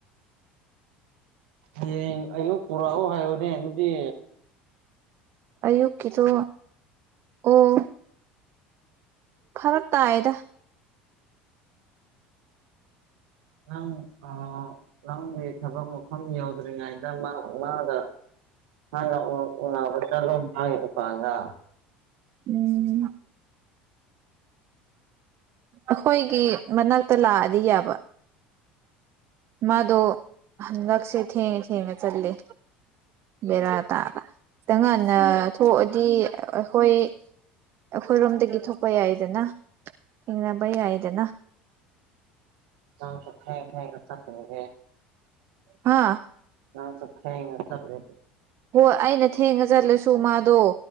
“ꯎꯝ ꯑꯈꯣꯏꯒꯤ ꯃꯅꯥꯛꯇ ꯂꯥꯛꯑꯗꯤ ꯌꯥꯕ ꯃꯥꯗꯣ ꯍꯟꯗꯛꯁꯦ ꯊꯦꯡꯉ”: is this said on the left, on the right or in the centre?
Right